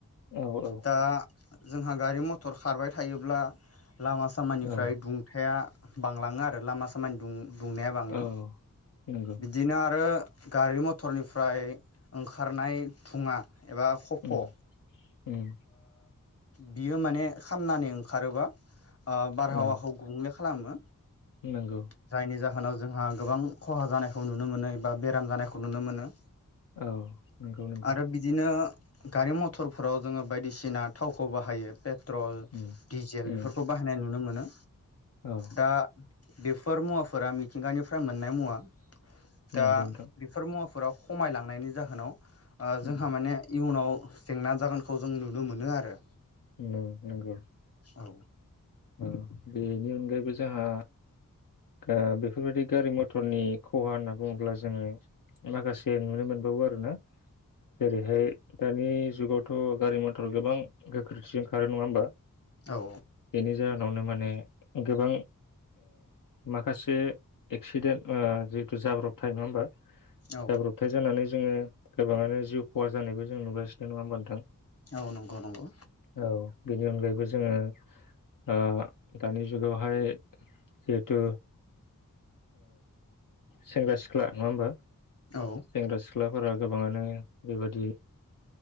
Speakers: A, on the left; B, on the left.
A: औ औ
B: दा जोंहा गारि मथर खारबाय थायोब्ला लामा सामानिफ्राय
A: औ
B: दुंथाया बांलांङो आरो लामा सामानि दुं दुंनाया बाङो
A: औ नंगौ
B: बिदिनो आरो गारि मथरनिफ्राय ओंखारनाय धुङा एबा खफ'
A: उम
B: उ
A: उम
B: बियो माने खामनानै ओंखारोबा ओ बारहावाखौ
A: औ
B: गुबुंनो खालामो
A: नंगौ
B: जायनि जाहोनाव जोंहा गोबां खहा जानायखौ नुनो मोनो एबा बेराम जानायखौ नुनो मोनो
A: औ नंगौ नंगौ
B: आरो बिदिनो गारि मथरफोराव जोङो बायदिसिना थाव खौ बाहायो पे ट्रल
A: उम
B: डिजेल
A: उम
B: बेफोरखौ बाहायनाय नुनो मोनो
A: औ
B: दा बेफोर मुवाफोरा मिथिंगानिफ्राय मोननाय मुवा। दा
A: नंगौ नोंथां
B: बेफोर मुवाफोराव। खमालांनायनि जाहोनाव। ओ
A: उम
B: जोंहा माने। इयुनाव जेंना जागोनखौ जों नुनो मोनो आरो।
A: नों नंगौ।
B: औ
A: ओ बेनि अनगायैबो जोंहा। ओ बेफोरबायदि गारि मथरनि खहा होनना बुङोब्ला जोङो माखासे नुनो मोनबावो आरोना। जेरैहाय। दानि जुगावथ' गारि मथर गोबां गोख्रैथिजों खारो नङा होमबा।
B: औ
A: बेनि जाहोनावनो माने। गोबां। माखासे एक्सिडेन्ट जिहेथु जाब्रबथाय नङा होमबा।
B: औ
A: गाब्रबथाय जानानै जोङो। गोबाङानो जिउ खहा जानायबो जों नुगासिनो नङा होमबा नोंथां।
B: औ नंगौ नंगौ।
A: औ बेनि अनगायैबो जोङो। ओं दानि जुगनि। जुगावहाय। जेहुथु। सेंग्रा सिख्ला नङा होनबा।
B: औ
A: सेंग्रा सिख्लाफोरा। गोबाङानो बेबायादि